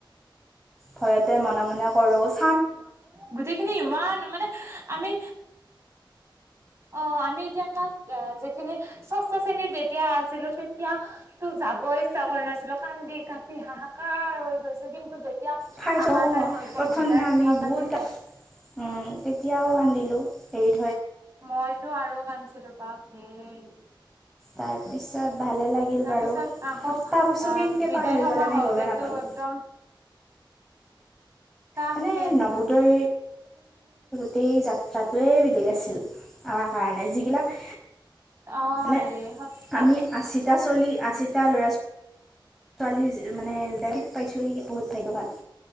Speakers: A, in the centre; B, on the right (about 35°).
A: ভয়তে মনে -মনে। পৰচ,
B: গোটেইখিনি ইমান মানে আমি। অ' আমি এতিয়া কাক যিখিনি ষষ্ঠ শ্ৰেণীত যেতিয়া আছিলো, তেতিয়া তোক যাব ইচ্ছা কৰা নাছিলো কান্দি কাটি হাহাকাৰ হৈ গৈছো কিন্তু।
A: ফাৰ্ষ্ট
B: আহাৰ
A: অ'
B: টাইম হৈ গ'ল
A: প্ৰথম
B: বিদায়
A: দিনা
B: সভা
A: আমি
B: পাতিলে
A: বহুত কান্দিলো, উ তেতিয়াও কান্দিলো। এই
B: মইতো আৰু কাণচোৰুকা এই
A: তাৰপিছত ভালে লাগিল
B: তাৰপিছত
A: বাৰু
B: আকৌ
A: সাতটা বছৰ
B: আহ
A: কেনেকৈ
B: বিদায়
A: পাৰ হৈ
B: সভা
A: গ'ল আমি
B: হওঁতেটো
A: গমেই নাপালোঁ
B: একদম তাকেটো
A: মানে নৱোদয়ৰ সেই যাত্ৰাটোৱে বেলেগ আছিল। আমাৰ কাৰণে যিগিলাক
B: অ'
A: মানে
B: ৰে সঁচা।
A: আমি আশীটা চলি আশীটা ল'ৰা ছোৱা- ছোৱালী মানে ডাইৰেক্ট পাইছোঁ, সে কি বহুত ভাগ্যৱান।